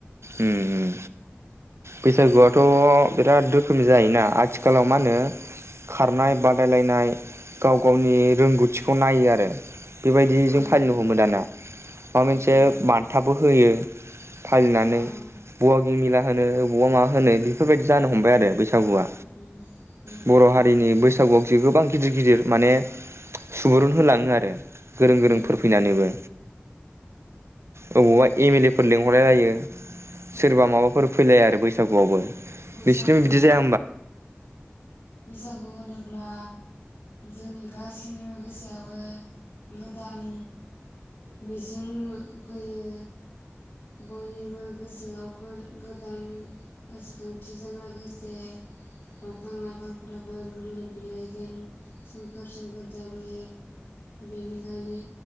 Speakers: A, on the right; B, on the left.
A: उम उम बैसागुआथ' बिराद रोखोमनि जायोना आथिखालाव मा होनो खारनाय बादायलायनाय गाव गावनि रोंगौथिखौ नायो आरो। बिबायदिजों
B: औ
A: फालिनो हमो दाना माबा
B: उम
A: मोनसे
B: उम
A: बान्थाबो होयो। फालिनानै
B: औ।
A: गिमेला होनो वबबा मा होनो बेफोरबायदि जानो हमबाय आरो बैस सागुआ
B: उम उम
A: बर'
B: उम
A: हारिनि बैस सागुआव जो गोबां गिदिर गिदिर माने। सुबुरुन होलाङो आरो गोरों गोरोंफोर
B: उम
A: फैनानैबो अबावबा एम एल ए फोर लें हलायहयो। सोरबा माबाफोर फैलाया आरो बैसागुआवबो। नोंसिनिथिं
B: बैसागु
A: बिदि जाया
B: बैसागु होनोब्ला। जोंनि गासैनिबो गोसोआाबो गोदान मिजिं फैयो। बयनिबो गोसोआव गोज गोदान गोसोखांथिजों लोगोसे दंफां लाइफांफ्राबो गोरलै बिलाइजों सोमखोर सोमखोर जाबोयो बेनिखायनो